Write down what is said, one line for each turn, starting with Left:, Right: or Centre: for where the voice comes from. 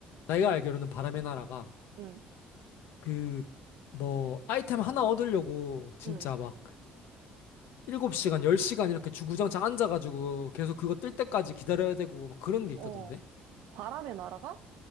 Left: 내가 알기로는 바람의 나라가,
Right: 응,
Left: 그, 뭐, 아이템 하나 얻으려고, 진짜
Right: 응.
Left: 막, 7시간, 10시간 이렇게 주구장창 앉아가지고, 계속 그거 뜰 때까지 기다려야 되고, 막 그런 게 있다던데?
Right: 어, 바람의 나라가?